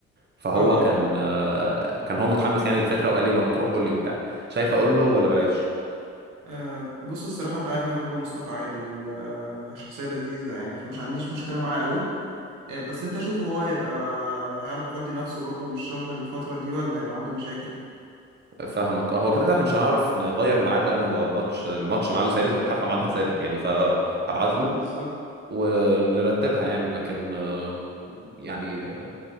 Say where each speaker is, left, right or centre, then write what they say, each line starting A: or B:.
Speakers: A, on the right (about 30°); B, on the right (about 65°).
A: فهو
B: اه
A: كان
B: اه
A: آه كان هو متحمس يعني للفكره وقال لي لو هتروح قول لي وبتاع شايف اقول له ولا بلاش
B: آه، بص الصراحة انت عارف انا بحب مصطفى عادي وهو شخصية لذيذة يعني فمش عنديش مشكلة معاه قوي آه، بس انت شوف هو هيبقى هيعرف يفضي نفسه برضو من الشغل الفترة دي ولا هيبقى عنده مشاكل
A: فاهمك آه، هو كده كده احنا مش هنعرف نغير الميعاد لان هو ماتش الماتش ميعاده ثابت والحفله ميعادها ثابت يعني فهبعت له
B: بالظبط
A: ونرتبها يعني لكن آه، يعني آه،